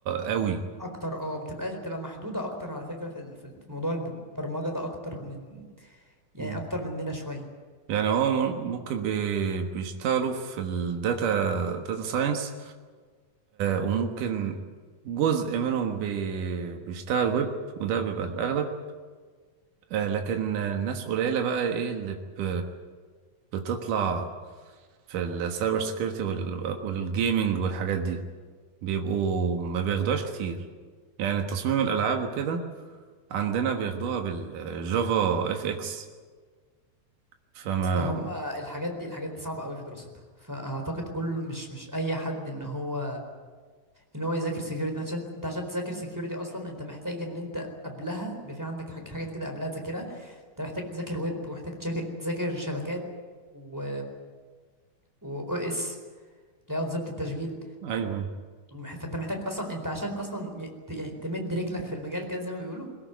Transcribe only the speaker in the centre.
اكتر اه بتبقى بتبقى محدوده اكتر على فكره في ال- في ال- في موضوع البرمجه ده اكتر من يعني
اكتر مننا شويه
اصل هم الحاجات دي الحاجات دي صعبه قوي في دراستها فاعتقد كل مش مش اي حد ان هو ان هو يذاكر سكيورتي عشان انت عشان تذاكر سكيورتي اصلا انت محتاج ان انت قبلها يبقى في عندك حاج- حاجات كده قبلها تذاكرها انت محتاج تذاكر ويب ومحتاج تذاكر تذاكر شبكات و و او اس اللي هي انظمه التشغيل
ومح- فانت محتاج اصلا انت عشان اصلا ي- ت- يعني تمد رجلك في المجال كده زي ما بيقولوا